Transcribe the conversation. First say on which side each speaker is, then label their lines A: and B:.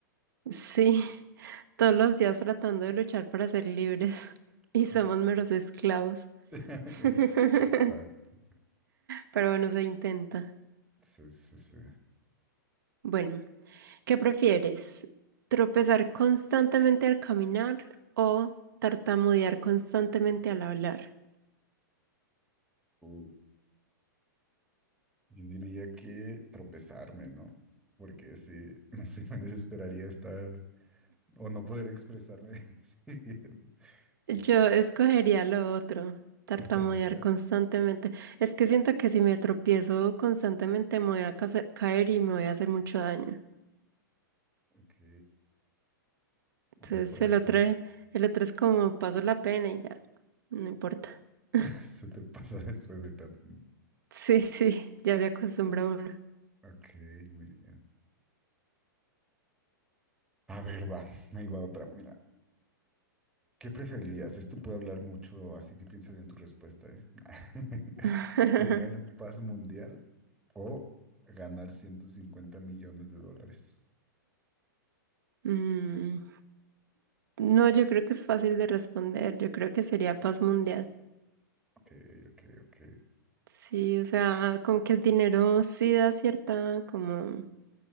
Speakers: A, on the right (about 75°); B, in the centre.
A: Sí. <laughs> Todos los días tratando de luchar para ser libres. <laughs>
B: <laughs>
A: Y somos
B: Justo.
A: meros esclavos.
B: <laughs>
A: <laughs>
B: Exacto.
A: Pero bueno, se intenta.
B: Sí, sí, sí.
A: Bueno. ¿Qué prefieres? ¿Tropezar constantemente al caminar o tartamudear constantemente al hablar?
B: Uh, Yo diría que tropezarme, ¿no? Porque sí, <laughs> no sé, me desesperaría estar o no poder expresarme <laughs> así bien.
A: Yo
B: Sí, sí.
A: escogería lo otro, tartamudear
B: Tartamudear.
A: constantemente. Es que siento que si me tropiezo constantemente me voy a casa- caer y me voy a hacer mucho daño.
B: Ok.
A: Entonces
B: O no puede
A: el
B: ser.
A: otro, el otro es como paso la pena y ya, no importa. <laughs>
B: <laughs> Se te pasa después de tanto.
A: Sí, sí, ya se acostumbra uno.
B: Ok, muy bien. A ver, va, ahí va otra. Mira, ¿qué preferirías? Esto puede hablar mucho, así que piensa bien tu respuesta, ¿eh? <laughs>
A: <laughs>
B: ¿Tener paz mundial o ganar 150 millones de dólares?
A: Mm, no, yo creo que es fácil de responder. Yo creo que sería paz mundial.
B: Ok, ok, ok,
A: Sí, o sea, como que el dinero sí da cierta como,